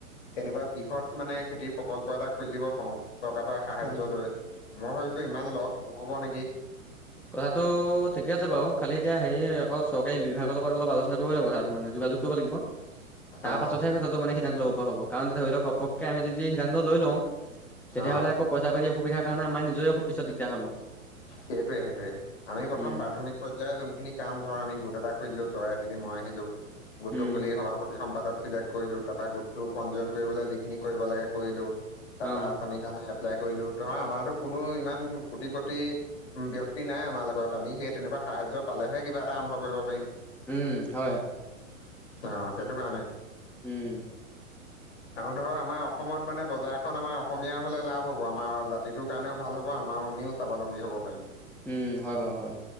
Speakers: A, on the left; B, in the centre.
A: তেনেকুৱা বৃহৎ মানে খেতিৰ প্ৰকল্প এটা খুলি দিব পাৰো, টকা পই সাহা্য
B: অ'
A: লৈ মই ভাবিছো ইমান লছ নহব নেকি?
B: কথাাতটো ঠিকে আছে বাৰু খালি এতিয়া হে আকৌ চৰকাৰী বিভাগৰ লগত অলপ আলোচনা কৰিব লাগিব কথা আৰু মানে, যোগাযোগ কৰিব লাগিব। তাৰ
A: অ
B: পাছতহে কথাটো মানে সিদ্ধান্ত লব হব কাৰণ ধৰি লও ঘপকে আমি যদি সিদ্ধান্ত লৈ লওঁ, তেতিয়াহ'লে
A: অ
B: আইচাতি অসুবিধাৰ কাৰণে আমাৰ নিজয়ও পিছত দিগদাৰ হ'ব।
A: সেইটোৱে সেইটোৱে আমি প্ৰথম
B: উম
A: প্ৰাথমিক পৰ্যয়ৰ যোনখিনি কাম ধৰ আমি গোট এটা কৰিলো তই আহিলি মই আহিলো, গুটটো
B: উম
A: খোলি সভাপতি সম্পাদক <inaudible> কৰিলো তাৰ পৰাা গোটতটো পঞ্জীয়ন কৰিবলৈ যিখিনি কৰিব লাগে কৰিলো তাৰ
B: অ'
A: পৰা আচনি স কাৰণে এপ্লাই কৰিলো ত আমাৰো কোনো ইমান কোটিপতি ব্যক্তি নাই আমাৰ লগত আমি সেই তেনেকুৱা সাহায্য পালেহে কিবা এটা আৰম্ভ কৰিব পাৰিম।
B: উম, হয়।
A: অ, সেইটো কাৰণে।
B: উম,
A: আৰু ধৰ আমাৰ অসমত মানে বজাৰখন আমাৰ অসমীয়াৰ হলে লাভ হ'ব, আমাৰ জাতিটোৰ কাৰণেও ভাল হ'ব আমাৰ আমিও স্বাৱলম্বী হ'ব পাৰিম।
B: উম, হয়, বাৰু হয়